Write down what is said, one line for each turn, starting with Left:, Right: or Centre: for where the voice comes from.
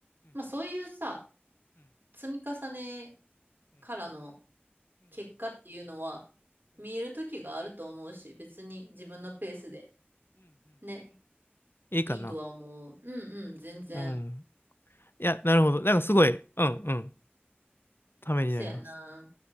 Right: まあそういうさ、積み重ねからの結果っていうのは、見える時があると思うし、別に自分のペースで。ね。
Left: いいかな。
Right: いいとは思う。うんうん、全然。
Left: うん。いや、なるほど。なんかすごい、うんうん。ためになります。
Right: 癖やな。